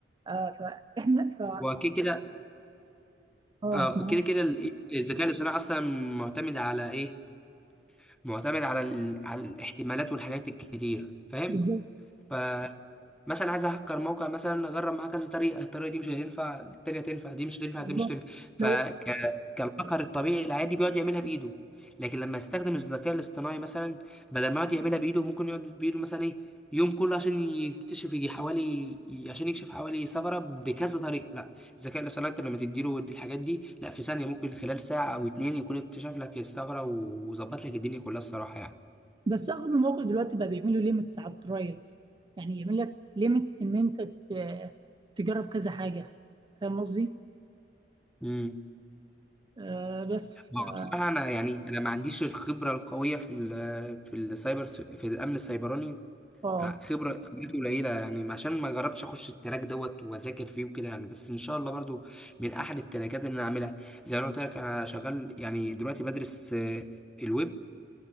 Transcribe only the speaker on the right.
آه فاحنا ف
اه
معاك
بالظبط
بالظبط
لو
بس اغلب المواقع دلوقتي بقى بيعملوا ليميتس على الترايلز يعني يعمل لك ليميت ان انت ت- تجرب كذا حاجه فاهم قصدي؟
آه بس
اه
آه،